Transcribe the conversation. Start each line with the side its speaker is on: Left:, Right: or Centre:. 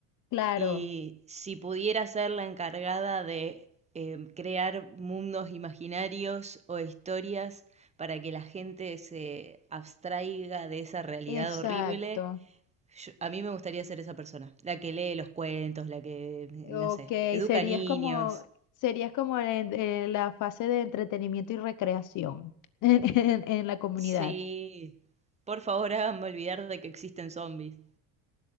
Left: Claro,
Right: Y si pudiera ser la encargada de eh, crear mundos imaginarios o historias para que la gente se abstraiga de esa realidad
Left: exacto.
Right: horrible, yo- a mí me gustaría ser esa persona. La que lee los cuentos, la que,
Left: Ok,
Right: no sé, educa
Left: serías
Right: niños.
Left: como, serías como en, eh, la fase de entretenimiento y recreación <laughs> en, en- en la comunidad.
Right: Sí, por favor háganme olvidar de que existen zombies.